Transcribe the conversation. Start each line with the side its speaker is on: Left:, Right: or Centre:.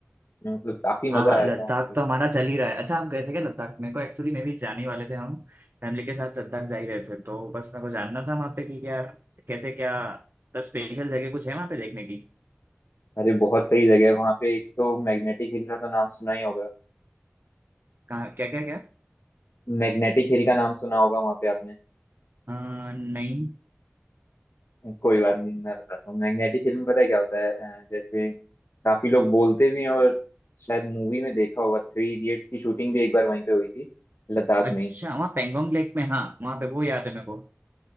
Left: मतलब काफी
Right: हाँ
Left: मजा
Right: हाँ
Left: आया
Right: लद्दाख
Left: था वहाँ पे
Right: तो हमारा चल ही रहा है अच्छा आप गए थे क्या लद्दाख मेरे को एक्चुअली मैं भी जाने वाले थे हम फैमिली के साथ लद्दाख जा ही रहे थे तो बस मेरे को जानना था वहाँ पे कि क्या कैसे क्या मतलब स्पेशल जगह कुछ है वहाँ पे देखने की
Left: अरे बहुत सही जगह है वहाँ पे एक तो मैग्नेटिक हिल का तो नाम सुना ही होगा
Right: कहाँ क्या क्या क्या
Left: मैग्नेटिक हिल का नाम सुना होगा वहाँ पे आपने
Right: अ, नहीं
Left: कोई बात नहीं मैं बताता हूँ मैग्नेटिक हिल में पता है क्या होता है अ, जैसे काफी लोग बोलते भी हैं और शायद मूवी में देखा होगा थ्री इडियट्स की शूटिंग भी एक बार वहीं पे हुई थी लद्दाख
Right: अच्छा
Left: में ही
Right: वहाँ पेंगोंग लेक में हाँ वहाँ पे वो याद है मेरे को